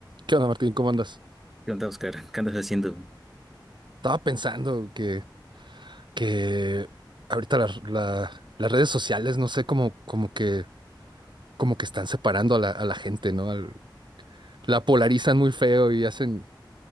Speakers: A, on the right; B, in the centre.
A: ¿Qué onda, Martín? ¿Cómo andas?
B: ¿Qué onda, Oscar? <laughs> ¿Qué andas haciendo? güey?
A: Estaba pensando que, que ahorita las la- las redes sociales, no sé, como, como que, como que están separando a la, a la gente, ¿no? Al- la polarizan muy feo y hacen,